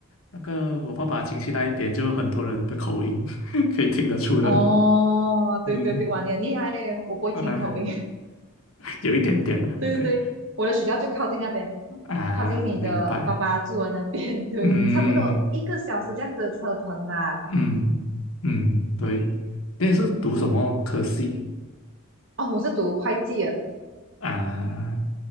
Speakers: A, on the left; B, on the right.
A: 那个我爸爸亲戚那一边就很多人的口音 <laughs> 可以听得出的，
B: 哦，
A: 嗯
B: 对对对，哇，你很厉害耶，我不会听口音。
A: 啊，有一点点啊，OK。
B: <laughs> 对对对，我的学校就靠近那边，
A: 啊，
B: 靠近你的爸爸住的那边，
A: 明白。
B: <laughs> 对，
A: 嗯
B: 差不多一个小时这样子的车程吧。
A: 嗯嗯，对。那你是读什么科系
B: 哦，我是读会计的。
A: 啊？